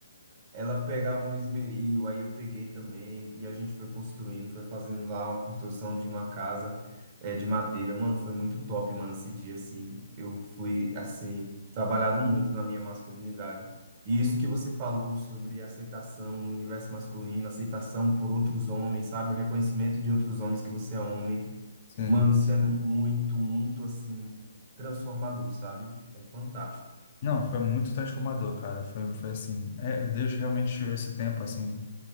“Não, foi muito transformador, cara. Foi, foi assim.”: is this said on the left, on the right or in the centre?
Left